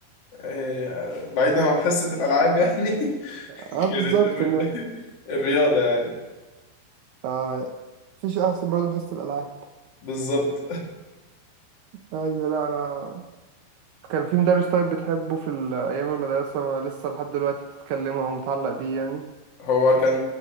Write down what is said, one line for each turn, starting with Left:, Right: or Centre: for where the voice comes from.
Left: آه، بعيدا عن حصة الألعاب يعني <laughs>
Right: اه بالظبط
Left: كانت الر-
Right: ان
Left: الرياضة يعني
Right: اه مفيش احسن برضه من حصة الالعاب
Left: بالظبط
Right: ايوه لا انا كان في مدرس طيب بتحبه في ال- ايام المدرسة ما لسه لحد دلوقتي بتتكلمه او متعلق بيه يعني
Left: هو كان